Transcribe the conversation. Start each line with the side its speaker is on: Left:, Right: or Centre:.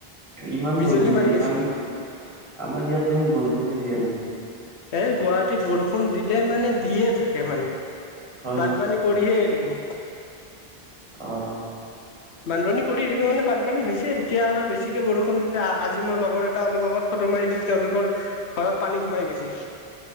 Right: ইমান
Left: বিজুলী
Right: বৰষুণ
Left: মাৰি
Right: দি আছে আমাৰ আমাৰ ইয়াত দেখোন বৰষুণে দিয়া নাই।
Left: এই গুৱাহাটীত বৰষুণ দিলে মানে দিয়ে থাকে মানে।
Right: হয়
Left: বানপানী
Right: নেকি
Left: কৰিহে এৰিব।
Right: অ
Left: বানপানী কৰি দিব মানে বানপানী হৈছে এতিয়া আৰু বেছিকে বৰষুণ দিলে আজি মোৰ লগৰ এটা অলপ আগত ফটো মাৰি দিল তেওঁলোকৰ ঘৰত পানী সোমাই গৈছে।